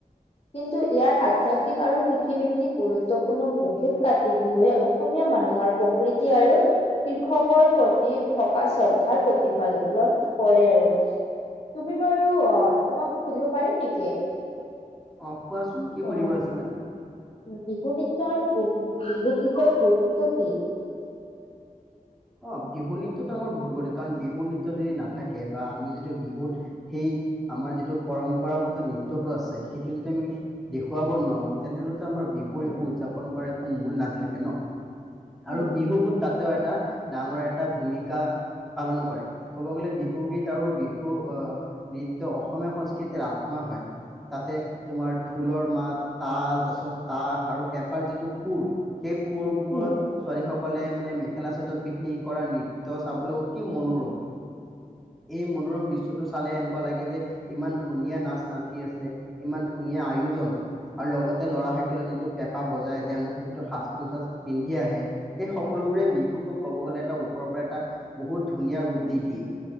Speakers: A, on the left; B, in the centre.
A: কিন্তু ইয়াৰ আধ্যাতিক আৰু কৃষিভিত্তিক গুৰুত্বপূৰ্ণ বহুত কাতি বিহুৱে অসমীয়া মানুহৰ প্ৰকৃতি আৰু কৃষকৰ প্ৰতি থকা শ্ৰদ্ধাৰ প্ৰতিফালন কৰে আৰু তুমি বাৰু। তোমাক সুধিব পাৰিম নেকি?
B: অ কোৱাচোন কি
A: অ
B: সুধিব আছিলে?
A: বিহু নৃত্য আৰু বিহু নৃত্য গুৰুত্ব কি?
B: অ বিহু নৃত্যটো আমাৰ বহুত গতি কাৰণ বিহু নৃত্য যদি নাথাকে বা আমি যদি বিহুত সেই আমাৰ যিটো পৰম্পৰাগত নৃত্যটো আছে। সেইটো যদি আমি দেখুৱাব নোৱাৰো তেনেহ'লে আমাৰ বিহু
A: উম
B: একো উদযাপন কৰা। মূল নাথাকে। ন
A: অ
B: আৰু বিহুতো তাত এটা ডাঙৰ এটা ভূমিকা পালন কৰে ক'ব গ'লে বিহুগীত আৰু বিহু। আহ নৃত্য অসমীয়া সংস্কৃতিৰ আত্মা হয়। তাতে তোমাৰ ঢোলৰ মাত, তাল তাৰপিছত তাক আৰু পেপাৰ যিটো সুৰ সেই সুৰ বোৰত
A: অ
B: ছোৱালী সক। সকলে মানে মেখেলা চাদৰ পিন্ধি। কৰা নৃত্য চাবলৈ অতি মনোৰম। এই মনোৰম দৃশ্যটো চালে এনেকুৱা লাগে যে ইমান ধুনীয়া নাচ নাচি আছে ইমান ধুনীয়া আয়োজন আৰু লগতে ল'ৰা সকলৰ যিটো কেপ। বজাই তেওঁলোকৰ যিটো সাজ-পোছাক পিন্ধি আহে সেই সকলোবোৰে বিহুতোক। ক'ব গ'লে এটা ওপৰৰ পৰা এটা বহুত ধুনীয়া ৰূপ দি দিয়ে